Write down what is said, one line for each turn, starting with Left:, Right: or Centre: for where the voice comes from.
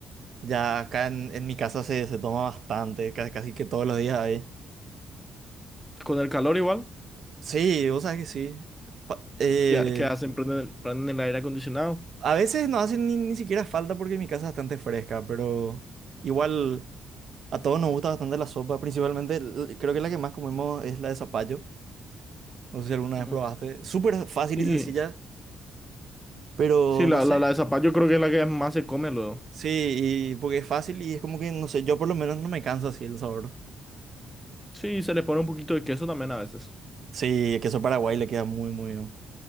Right: Ya acá en, en mi casa se, se toma bastante, ca- casi, que todos los días hay.
Centre: Con el calor igual,
Right: Sí, vos sabés que sí. Pa- eh,
Centre: ya, ¿qué hacen? Prenden el, prenden el aire acondicionado.
Right: a veces no hace ni, ni siquiera falta porque mi casa es bastante fresca, pero igual a todos nos gusta bastante la sopa. Principalmente, l- creo que la que más comemos es la de zapallo. No sé si alguna
Centre: Mm,
Right: vez probaste. Súper fácil
Centre: sí,
Right: y sencilla, pero
Centre: sí, la,
Right: no sé.
Centre: la, la de zapallo creo que es la que más se come luego.
Right: Sí, y porque es fácil y es como que, no sé, yo por lo menos no me canso así el sabor.
Centre: Sí, se le pone un poquito de queso también a veces.
Right: Sí, el queso Paraguay le queda muy, muy bien.